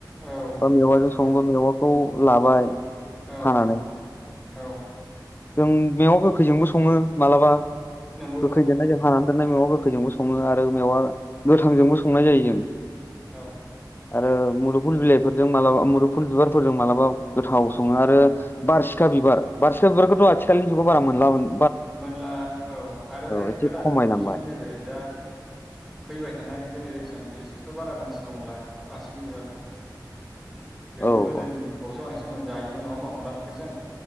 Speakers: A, in the centre; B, on the left.
A: औ
B: बा मेबाजों
A: नंगौ
B: सङोबा मेवा खौ लाबाय
A: औ
B: हानानै
A: औ
B: जों मेवा गोखैजोंबो सङो मालाबा
A: नोंगौ
B: गोखैजोंनो
A: नोंथां।
B: जों हानानै दोननाय मेवा गोखैजोंबो सङो आरो मेवा गोथांजोंबो संनाय जायो जों।
A: औ।
B: आरो मुरुफुल बिलाइफोरजों मालाबा मुुरुफुल बिबारफोरजों मालाबा गोथाव सङो आरो बारसिखा बिबार बारसिखा बिबारखौथ' आथि खालिनि जुगाव बारा मोनलामोन
A: मोनला औ आरो बे
B: एसे
A: गोदान
B: खमायलांबाय
A: जुगनि नैबे दा फैबाय थानाय जेनेरेसन बिसोरथ' बारा मिथिबांला बारसिगि बिबारखौ। बेखौ
B: औ
A: गोदोनि
B: औ
A: जुगावसो बांसि जोङो जायोमोन नङा होमबा अनला ओंख्रिजों?